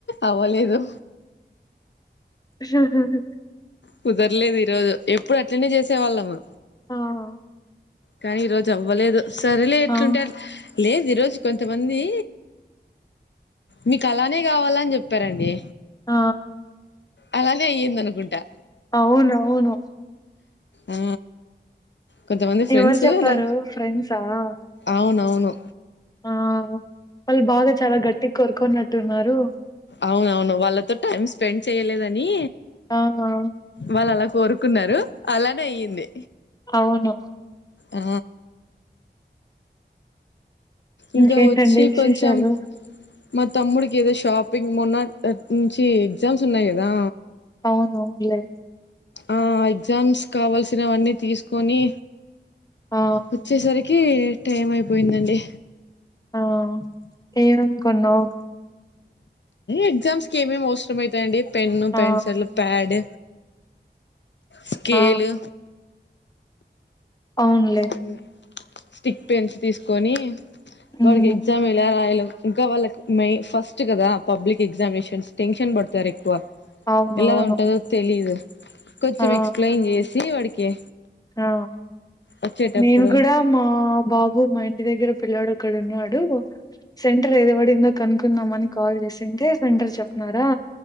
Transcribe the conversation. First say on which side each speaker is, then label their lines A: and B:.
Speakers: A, on the left; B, on the left.
A: అవ్వలేదు
B: హుహుహు
A: కుదర్లేదు ఈరోజు ఎప్పుడు అట్లనేే చేసే వాళ్ళము
B: ఆహా
A: కానీ ఈరోజు అవ్వలేదు సరెలే ఎట్లుంటే
B: ఆ
A: అట్ లేదు ఈరోజు కొంతమందీ మీకలానే కావాలని చెప్తరండి
B: ఆ
A: అలానే అయ్యిందనుకుంటా
B: అవునవును
A: ఆ కొంతమంది ఫ్రెండ్స్
B: ఎవరు చెప్పారు
A: అలా
B: ఫ్రెండ్సా
A: అవునవ్ మొ
B: ఆ వాళ్ళు బాగా చాలా గట్టిగ్ కోరుకునట్టున్నారు
A: అవునవును వాళ్ళతో టైం స్పెండ్ చేయలేదని
B: ఆహా
A: వాళ్ళు అలా కోరుకున్నారు అలానే అయ్యింది
B: అవును
A: ఆ
B: ఇంకేంటండి
A: ఇంకా వచ్చి
B: విశేషాలు
A: కొంచెం మా తమ్ముడికి ఏదో షాపింగ్ మొన్న నుంచి ఎగ్జామ్స్ ఉన్నాయి కదా
B: అవునవును లే
A: ఆ ఎగ్జామ్స్ కావాల్సినవన్నీ తీస్కోని
B: ఆ
A: వచ్చేసరికి టైం అయిపోయిందండి
B: ఆ ఏమేం కొన్నావ్
A: ఎగ్జామ్స్ కి ఏమేమి అవసరం అయితాయండి పెన్ను
B: ఆ
A: పెన్సిల్ ప్యాడ్ స్కేలు
B: ఆ అవునులే
A: అన్ స్టిక్ పెన్స్ తీసుకోని
B: ఉమ్
A: వాడికి ఎగ్జామ్ ఎలా రాయలో ఇంకా వాళ్ళకు మే ఫస్ట్ గదా పబ్లిక్ ఎగ్జామినేషన్స్ టెన్షన్ పడతారు ఎక్కువ
B: అవునవును
A: ఎలా ఉంటదో తెలీదు కొంచెం
B: ఆ
A: ఎక్స్ప్లెయిన్ చేసి వాడికి
B: ఆ
A: వచ్చేటప్పుడు
B: నేను కూడా మా బాబు మా ఇన్ టి దగ్గర పిల్లాడు ఒకడున్నాడు సెంటర్ ఏది బడిందో కనుక్కుందాం అని కాల్ చేసింటే తరు చెప్నారా